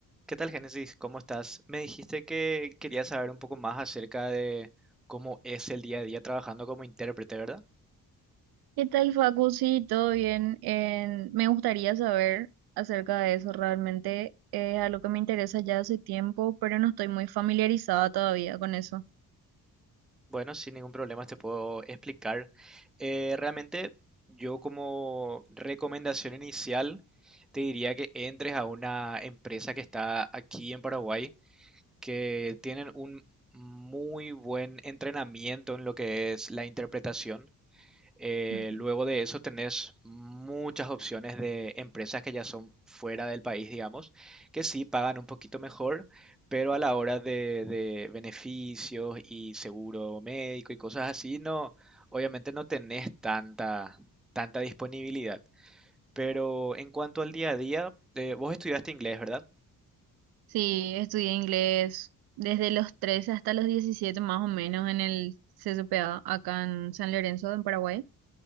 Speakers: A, in the centre; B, on the right.
A: ¿Qué tal, Génesis? ¿Cómo estás? Me dijiste que querías saber un poco más acerca de cómo es el día a día trabajando como intérprete, ¿verdad?
B: ¿Qué tal, Facu? Sí, todo bien. En- me gustaría saber acerca de eso realmente. Es algo que me interesa ya hace tiempo, pero no estoy muy familiarizada todavía con eso.
A: Bueno, sin ningún problema te puedo explicar. Eh, realmente yo como recomendación inicial te diría que entres a una empresa que está aquí en Paraguay, que tienen un muy buen entrenamiento en lo que es la interpretación. Eh,
B: Ujú.
A: luego de eso tenés muchas opciones de empresas que ya son fuera del país, digamos, que sí pagan un poquito mejor, pero a la hora de, de beneficios y seguro médico y cosas así, no, obviamente no tenés tanta, tanta disponibilidad. Pero en cuanto al día a día, eh, vos estudiaste inglés, ¿verdad?
B: Sí, estudié inglés desde los 13 hasta los 17 más o menos en el CCPA acá en San Lorenzo, en Paraguay.